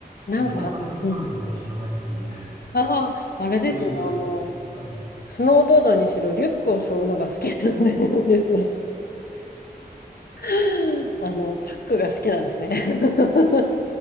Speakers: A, on the left; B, on the right.
A: なんか、
B: 逆にお金がかかる旅行を知らないっていう、
A: うん。ああ、あれですね。
B: <laughs> そういう人ですね。
A: あの、
B: はい。
A: スノーボードにしろ、リュックを背負うのが好きなんで <laughs> ですね。<laughs> あの、パックが好きなんですね。<laughs>